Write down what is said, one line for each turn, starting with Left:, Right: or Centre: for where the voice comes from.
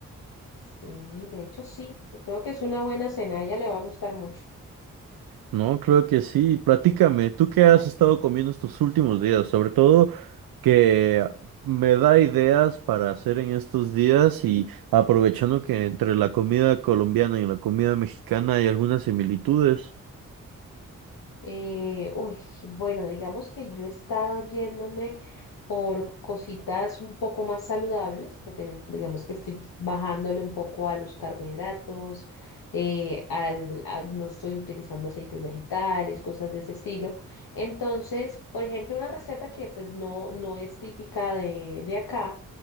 Left: Sí, de hecho sí, creo que es una buena cena, a ella le va a gustar mucho.
Right: No, creo que sí. Platícame, ¿tú qué has estado comiendo estos últimos días? Sobre todo que me da ideas para hacer en estos días y aprovechando que entre la comida colombiana y la comida mexicana hay algunas similitudes.
Left: Eh, uy, bueno, digamos que yo he estado yéndome por cositas un poco más saludables, porque digamos que estoy bajándole un poco a los carbohidratos, eh, al, a- no estoy utilizando aceites vegetales, cosas de ese estilo. Entonces, por ejemplo, una receta que pues no, no es típica de, de acá,